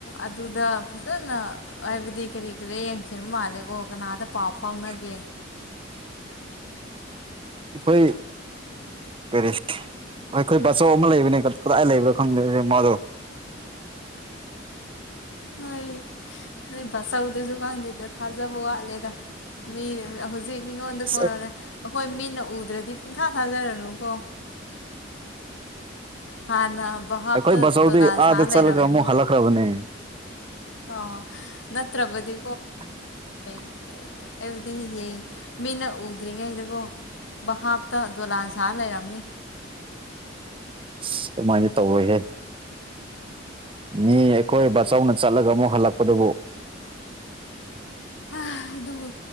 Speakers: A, on the left; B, on the right.
A: ꯑꯗꯨꯗ ꯐꯖꯅ ꯍꯥꯏꯕꯗꯤ ꯀꯔꯤ ꯀꯔꯤ ꯌꯦꯡꯈꯤꯕ ꯃꯥꯜꯂꯦꯀꯣ ꯀꯅꯥꯗ ꯄꯥꯎ ꯐꯥꯎꯅꯒꯦ
B: <inaudible> ꯑꯩꯈꯣꯏ ꯀꯔꯤ ꯑꯩꯈꯣꯏ ꯕꯥꯆꯧ ꯑꯃ ꯂꯩꯕꯅꯦ ꯀꯔꯥꯏ ꯂꯩꯕꯔ ꯈꯪꯗꯦꯅꯦ ꯃꯥꯗꯣ
A: ꯅꯣꯏ ꯅꯣꯏ ꯕꯥꯆꯧꯗꯨꯁꯨ ꯈꯪꯗꯦꯗ ꯊꯥꯖꯕ ꯋꯥꯠꯂꯦꯗ ꯃꯤ ꯍꯧꯖꯤꯛ ꯃꯤꯉꯣꯟꯗ
B: ꯑꯁ
A: ꯀꯣꯔꯔꯦ ꯑꯩꯈꯣꯏ ꯃꯤꯠꯅ ꯎꯗ꯭ꯔꯗꯤ ꯄꯨꯡꯊꯥ ꯊꯥꯖꯔꯔꯨꯀꯣ ꯍꯥꯟꯅ ꯚꯥꯞꯇ
B: ꯑꯩꯈꯣꯏ ꯕꯥꯆꯧꯗꯤ
A: ꯗꯣꯂꯥꯟ
B: ꯑꯥꯗ
A: ꯁꯥ ꯂꯩꯔꯝꯅꯤ
B: ꯆꯠꯂꯒ ꯑꯃꯨꯛ ꯍꯜꯂꯛꯈ꯭ꯔꯕꯅꯦ
A: ꯑꯣ ꯅꯠꯇ꯭ꯔꯕꯗꯤ
B: <inaudible>
A: ꯑꯩꯕꯨꯗꯤ ꯏꯒꯦ ꯃꯤꯠꯅ ꯎꯗ꯭ꯔꯤꯉꯩꯗꯀꯣ ꯚꯍꯥꯞꯇ ꯗꯣꯂꯥꯟ ꯁꯥ ꯂꯩꯔꯝꯅꯤ
B: ꯏꯁ ꯑꯗꯨꯃꯥꯏꯅ ꯇꯧꯔꯣꯏꯍꯦ ꯃꯤ ꯑꯩꯈꯣꯏ ꯕꯥꯆꯧꯅ ꯆꯠꯂꯒ ꯑꯃꯨꯛ ꯍꯜꯂꯛꯄꯗꯨꯕꯨ
A: ꯑꯥ ꯑꯗꯨꯕꯨ